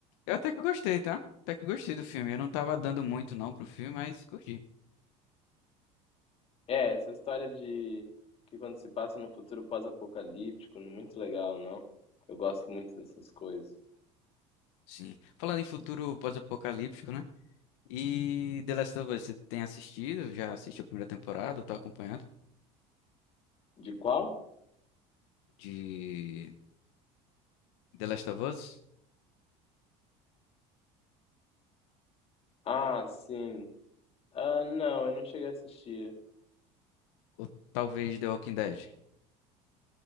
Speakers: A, on the left (about 80°); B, on the left (about 40°).
A: eu até que gostei, tá? Até que gostei do filme. Eu não tava dando muito não pro filme, mas curti.
B: É, essa história de que quando se passa num futuro pós-apocalíptico, muito legal, não? Eu gosto muito dessas coisas.
A: Sim. Falando em futuro pós-apocalíptico, né? E The Last of Us, você tem assistido? Já assistiu a primeira temporada? Tô acompanhando?
B: De qual?
A: de The Last of Us?
B: Ah, sim. Ah, não, eu não cheguei a assistir.
A: Ou talvez The Walking Dead?